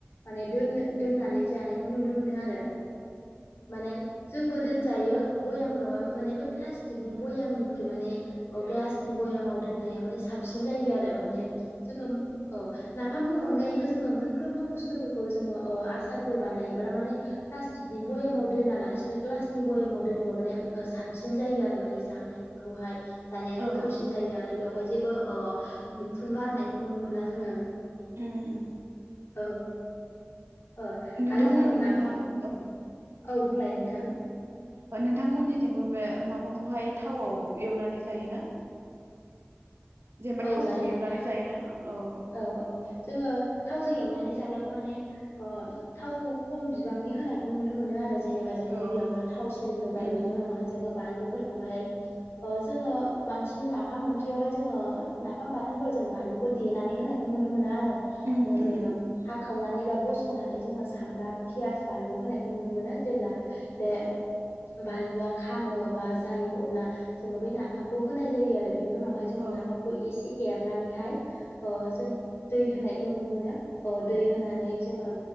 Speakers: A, on the left (about 85°); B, on the right (about 80°).
A: माने दोन दोननानै जानायखौ नुनो मोनो आरो। माने जोंबो दोनजायो बयामफोरावहाय माने बै प्लास्टिकनि बयामनिख्रुइ माने औ ग्लासनि भयामाव दोननाया माने साबसिन जायो आरो माने जोङो औ। नाफामनि अनगायैबो जोङो मोनफ्रोमबो बुस्थुफोरखौ जोङो ओ आसारफोर बानायोब्ला माने प्लास्टिकनि बयामाव दोना लासि नो ग्लासनि बयेमाव दोनोबा माने साबसिन जायो आरो माने जानायखौहाय। जानाया
B: औ
A: गोथावसिन
B: औ
A: जायो आरो बेवहाय जेबो ओ मैखुन बारनायखौ नुनो मोना जोङो।
B: उम उम।
A: औ औ
B: नोंथांमोन
A: आरो जोङो
B: नोंथां
A: नाफाम।
B: औ
A: औ बुंलाय नोंथां।
B: दे बुं नोंथांमोननिथिंबो बे नाफामखौहाय थावआव एवनानै जायोना? जेनेबा
A: औ
B: थावजों
A: जायो
B: एवनानै
A: नोंथां।
B: जायोना
A: औ
B: बेखौनो
A: औ जोङो थावजों एवनानै जाब्लाबो माने ओ थावखौ खम बिबांनि होनायखौ नुनो मोनो आरो। जेनेबा जों
B: औ
A: गिबियावनो
B: औ
A: थाव सेरग्रोबाय
B: उम
A: बिनि उनावहाय जोङो बानलु फोरखौहाय ओ जोङो बांसिन नाफाम ओंख्रियावहाय जोङो नाफाम बाथोनफोराव जों बानलुखौ देनानै होनायखौ नुनो मोना आरो
B: उम
A: आङो जेनेबा
B: उम उम
A: हाखावनानै बा बस'नानै जोङो सामब्राम फियास बानलु होनायखौ नुनो मोनो जेब्ला बे
B: औ
A: बानलुआ खामो बा जायो अब्ला जोङो बै नाफामखौ होनाय जायो आरो बिनि उनावहाय जोङो
B: औ
A: नाफ ‌फामखौ एसे एरनानैहाय ओ जों दै होनायखौ नुनो मोनो। ओ दै होनानै
B: उम
A: जोङो